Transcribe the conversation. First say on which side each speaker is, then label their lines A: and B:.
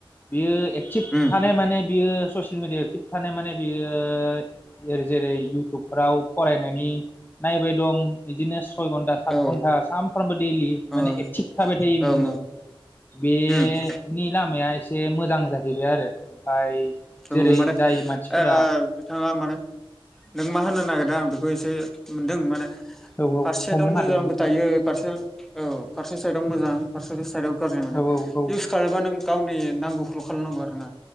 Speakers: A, on the left (about 20°); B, in the centre.
A: बियो एक्टिभ
B: उम
A: थानाय माने बियो ससियेल मिडिया एक्टिभ थाबथानो माने बियो जेरै इउटुबफ्राव फरायनायनि नायबाय दं बिदिनो सय घन्टा सात
B: औ ओ
A: घन्टा सानफ्रामबो दैलि माने
B: ओं
A: एक्टिभ थाबाय थायो बिदिनो।
B: ओं
A: बेनि
B: उम
A: लामाया एसे। एसे मोजां जाहैबाय आरो ओमफाय
B: थ'
A: जेरै
B: माने
A: जाय मानसिफोरा
B: ओ बिथाङा माने नों मा होननो नागिरदों? बेखौ एसे मोनदों माने।
A: औ
B: फारसे साइडआव
A: हमनो
B: मोजांबो
A: हादों नोंथाङा
B: थायो। फारसे औ फारसे साइदाव मोजां फारसेथि साइदआव गाज्रि माने
A: औ औ
B: इस खालामबा नों गावनि नांगौ। ल' खालामनांगौ आरो ना।